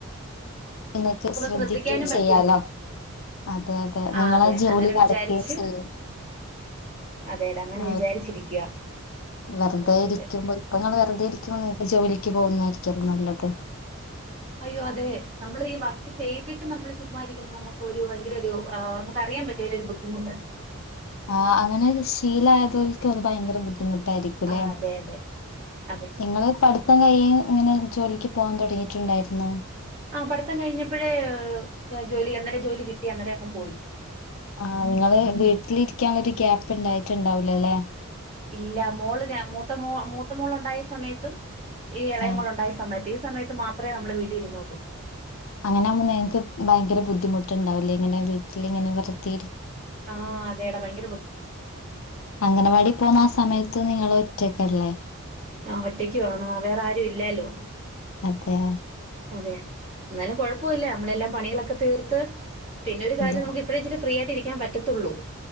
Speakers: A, on the left; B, on the right.
A: നിനക്ക് ശ്രദ്ധിക്കെയും
B: ശ്രദ്ധിക്കാനും
A: ചെയ്യാലോ
B: പറ്റുവല്ലോ
A: അതെ അതെ
B: ആ
A: നിങ്ങളാ ജോലി
B: അങ്ങനെ വിചാരിച്ച്
A: നടക്കെചെയ്യും
B: അതെടാ അങ്ങനെ
A: ആ
B: വിചാരിച്ചിരിക്കുക
A: വെറുതെ
B: അതെ
A: ഇരിക്കുമ്പോ
B: അതെ
A: ഇപ്പൊ നിങ്ങള്ൾ വെറുതെ ഇരിക്കു ന ജോലി ക് പോകുന്നതാരിക്ക നല്ലത്
B: അയ്യോ അതെ നമ്മൾ ഈ വർക്ക് ചെയ്തിട്ട് നമ്മള് ചുമ്മഇരിക്കുമ്പോ നമക്ക് ഒരു ഭയങ്കര ഒരു ആ നമുക്ക് അറിയാൻ പറ്റും ഒരു ബുദ്ധിമുട്ട്
A: ആ അങ്ങനെ ശീലായതോൽക്ക്ത് ഭയങ്കര ബുദ്ധിമുട്ട് രിക്കല്ല
B: ആ അതെ അതെ അതെ
A: നിങ്ങൾ പഠ മൊത്തം കഴും ഇങ്ങനെ ജോലിക്ക് പോകാൻ തുടങ്ങിയിട്ടുണ്ടായിരുന്നോ
B: ആഹ പഠത്തം കഴിഞ്ഞപ്പോഴേ ജോലി അന്നേരം ജോലി കിട്ടി അന്നേരം അങ്ങ് പോയി
A: ആഹ് നിങ്ങള് വീട്ടിലിരിക്കാനുള്ള ഒരു ഗ്യാപ്പ് ഉണ്ടായിട്ടുണ്ടാവൂലോല്ലെ
B: ഇല്ല മോള് മൂത്ത മോ മൂത്ത മോൾ ഉണ്ടായ സമയത്തും ഈ ഇളയമുള
A: ആ
B: ഉണ്ടായ സമയത്ത് സമയത്ത് മാത്രമേ നമ്മുടെ വീട് ഇരുന്നള്ളൂ
A: അങ്ങനെ ആുമ്പോ ങ്ങക്ക് ഭയങ്കര ബുദ്ധിമുട്ടുണ്ടാവില്ലേ ഇങ്ങനെ വീട്ടിൽിങ്ങനെ വൃത്തി
B: ആഹ അതെട ഭയങ്കര ബുദ്ധിമുട്ടാണ്
A: അംഗനവാടി പോുന്ന ആ സമയത്ത നിങ്ങള ഒറ്റക്കല്ലേ
B: ആഹ ഒറ്റയ്ക്ക് വേണ വേറെ ആരും ഇല്ലാലോ
A: അതെ
B: അതെ എന്നാലും കുഴപ്പമില്ല നമ്മളെല്ലാം പണികളൊക്കെ തീർത്ത് പിന്നെ ഒരു കാര്ം
A: അതെ.
B: നമുക്ക്വിടെ ഇരി ഫ്രിയ ആായിട്ട് ഇരിക്കാൻ പറ്റത്തുള്ളൂ